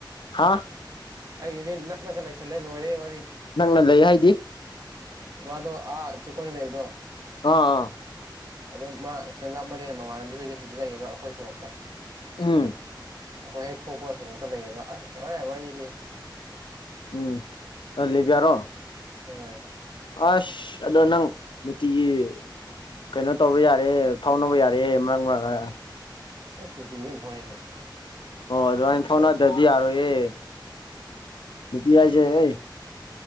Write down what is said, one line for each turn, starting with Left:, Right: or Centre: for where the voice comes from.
Left: ꯍꯥꯥ
Right: ꯑꯩꯒꯤꯗꯤ ꯅ ꯅꯛꯂꯒ ꯂꯩꯁꯜꯂꯦ ꯂꯣꯏꯔꯦ ꯋꯥꯔꯤ
Left: ꯅꯪꯅ ꯂꯩ ꯍꯥꯏꯗꯤ
Right: ꯃꯥꯗꯣ ꯑꯥ ꯆꯤꯀꯣꯅ ꯂꯩꯕꯗꯣ
Left: ꯑꯥ ꯑꯥ
Right: ꯑꯗꯨꯝ ꯃꯥ ꯈꯤꯇꯪ ꯂꯥꯞꯃꯜꯗꯦ ꯃꯃꯥꯟ ꯂꯝꯕꯤ ꯍꯣꯏꯗ ꯁꯤꯗꯤ ꯂꯩꯌꯦꯕ ꯑꯩꯈꯣꯏ ꯁꯣꯔꯣꯛꯇ
Left: ꯎꯝ
Right: ꯑꯩꯈꯣꯏ ꯍ ꯊꯣꯛꯄ ꯁꯣꯔꯣꯛꯇ ꯂꯩꯌꯦꯕ ꯑꯁ ꯂ‌ꯣꯏꯔ‌ꯦ ꯋꯥꯔꯤꯗꯤꯦ
Left: ꯎꯝ ꯑ ꯂꯩꯕꯤꯌꯥꯔꯣ
Right: ꯑꯥ
Left: ꯑꯁ ꯑꯗꯣ ꯅꯪ ꯅꯨꯡꯇꯤꯒꯤ ꯀꯩꯅꯣ ꯇꯧꯕ ꯌꯥꯔꯦ ꯐꯥꯎꯅꯕ ꯌꯥꯔꯦ ꯃꯔꯛ ꯃꯔꯛ
Right: ꯑꯁ ꯅꯨꯡꯇꯤꯒꯤꯗꯤ ꯑꯗꯨꯝ ꯐꯥꯎꯅꯩ‌ ꯀꯩꯅ‌ꯣ
Left: ꯑꯣ ꯑꯗꯨꯃꯅ ꯐꯥꯎꯅꯗ꯭ꯔꯗꯤ ꯌꯥꯔꯣꯏ ꯑꯦ ꯅꯨꯄꯤ ꯍꯥꯏꯁꯦ ꯑꯩ